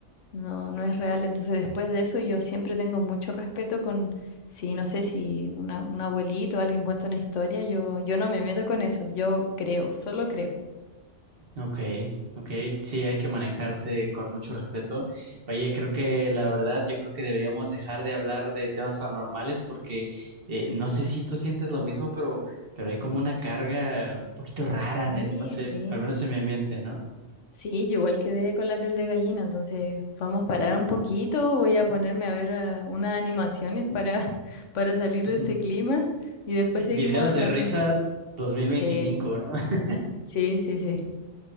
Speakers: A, on the left; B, on the right.
A: no, no es real. Entonces, después de eso, yo siempre tengo mucho respeto con, si no sé, si una, un abuelito o alguien cuenta una historia, yo, yo no me meto con eso, yo creo, solo creo.
B: Ok, ok, sí, hay que manejarse con mucho respeto. Oye, creo que la verdad, yo creo que deberíamos dejar de hablar de temas paranormales porque eh, no sé si tú sientes lo mismo, pero, pero hay como una carga un poquito rara
A: Sí,
B: en el- no sé,
A: sí,
B: al menos en mi ambiente, ¿no?
A: sí, yo igual quedé con la piel de gallina, entonces vamos a parar un poquito, voy a ponerme a ver ah, unas animaciones para, <laughs> para salir
B: <laughs>
A: de este clima y después seguimos
B: Videos
A: hablando.
B: de risa dos mil veinticinco,
A: Sí,
B: ¿no? <laughs>
A: sí, sí, sí,